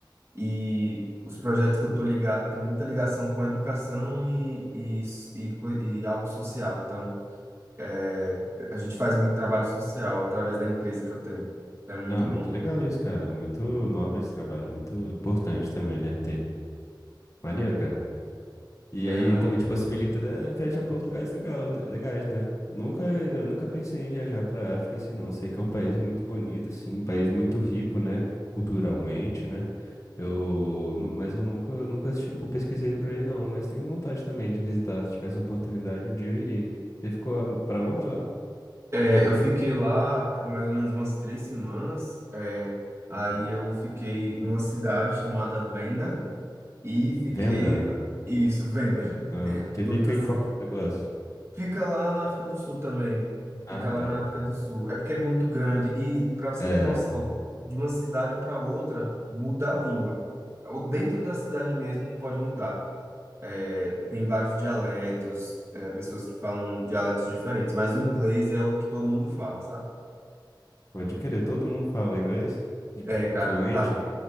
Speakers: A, on the right (about 35°); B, on the left (about 40°).
A: e os projetos que eu estou ligado têm muita ligação com educação e, e, e, co- e algo social, então... É, a gente faz muito trabalho social através da empresa que eu tenho. É muito
B: Ah, muito
A: bom.
B: legal isso, cara. Muito nobre esse trabalho, muito importante também, né? Ter. Maneiro, cara. E
A: É
B: aí
A: muito.
B: também te possibilita né, viajar para uns lugares legal, né- legais, né? Eu nunca, eu nunca pensei em viajar para África assim, não. Sei que é um país muito bonito, assim, um país muito rico, né? Culturalmente, né? Eu, nu- mas eu nunca, nunca, tipo, pesquisei pra ir, não. Mas tenho vontade também de visitar. Se tivesse a oportunidade, um dia eu iria. Você ficou a- pra onde lá?
A: É, eu fiquei lá mais ou menos umas três semanas. É, aí
B: Uhum.
A: eu fiquei numa cidade chamada Venda e fiquei.
B: Venda?
A: Isso, Venda,
B: Ah,
A: <laughs>
B: que
A: o nome
B: fica
A: da
B: em
A: cidade.
B: qual negócio?
A: Fica lá na África do Sul também.
B: Ah,
A: Fica
B: tá.
A: lá na África do Sul. É porque é muito grande. E para você
B: É,
A: ter noção, de uma cidade para outra muda a língua. Ou dentro da cidade mesmo pode mudar. É, Tem vários dialetos, é, pessoas que falam dialetos diferentes, mas o inglês é o que todo mundo fala, sabe?
B: pode querer. Todo mundo fala inglês? Tipo,
A: É, cara,
B: fluente?
A: tá